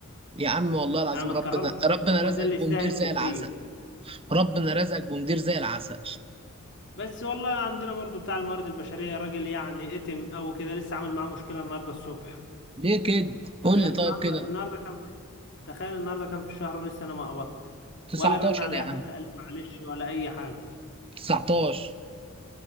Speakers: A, on the right; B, on the left.
A: يا عم والله العظيم
B: انا ما
A: ربنا
B: اتكرمش
A: ربنا
B: عنه، هو
A: رزقك
B: ده اللي يستاهل
A: بمدير
B: التكريم
A: زي العسل ربنا رزقك بمدير زي العسل
B: بس والله عندنا برضو بتاع الموارد البشرية راجل يعني اتم او كده لسه عامل معاه مشكلة النهاردة الصبح
A: ليه كده
B: تخيل
A: قول لي طيب
B: النهارده
A: كده
B: النهارده كان في تخيل النهارده كان في الشهر ولسه انا ما قبضت
A: 19
B: ولا رن عليا
A: يا عم
B: حتى قال لي معلش ولا اي حاجه
A: 19